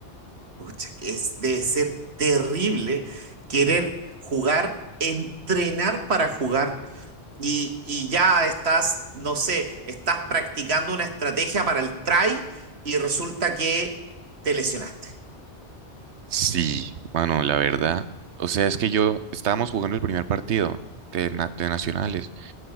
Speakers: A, on the right; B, on the right.
A: Pucha, que es, debe ser terrible querer jugar, entrenar para jugar y, y ya estás, no sé, estás practicando una estrategia para el try y resulta que te lesionaste.
B: Sí, bueno, la verdad. O sea, es que yo estábamos jugando el primer partido de, na- de nacionales